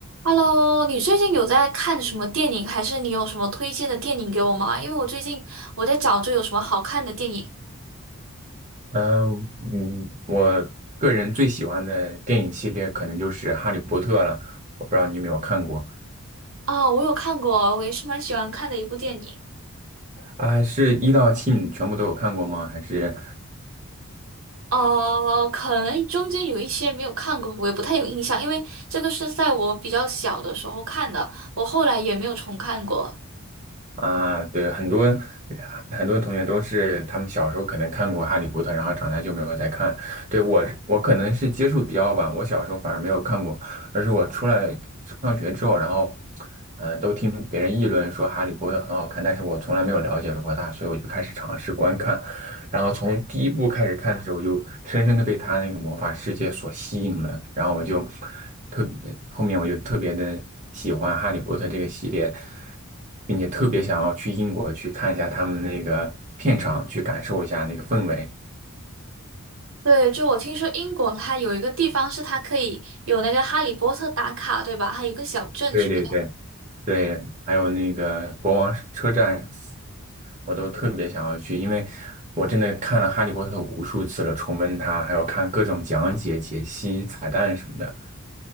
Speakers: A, on the right; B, on the right.
A: Hello，你最近有在看什么电影，还是你有什么推荐的电影给我吗？因为我最近我在找着有什么好看的电影
B: 嗯嗯，我个人最喜欢的电影系列可能就是《哈利波特》了，我不知道你有没有看过
A: 啊，我有看过，我也是蛮喜欢看的一部电影。
B: 啊？是一到七你全部都有看过吗？还是
A: 呃，可能中间有一些没有看过，我也不太有印象，因为这个是在我比较小的时候看的，我后来也没有重看过。
B: 啊？对，很多很多同学都是他们小时候可能看过《哈利波特》，然后长大就没有再看。对，我，我可能是接触比较晚，我小时候反而没有看过，而是我出来上学之后，然后呃，都听别人议论说《哈利波特》很好看，但是我从来没有了解过它，所以我就开始尝试观看。然后从第一部开始看的时候，我就深深的被他那个魔法世界所吸引了，然后我就特别，后面我就特别的喜欢《哈利波特》这个系列，并且特别想要去英国去看一下他们那个片场，去感受一下那个氛围。
A: 对，就我听说英国它有一个地方是它可以有那个哈利波特打卡，对吧？还有一个小镇什么的。
B: 对对对对，还有那个国王车站，我都特别想要去，因为我真的看了《哈利波特》无数次了，重温它，还有看各种讲解、解析、彩蛋什么的。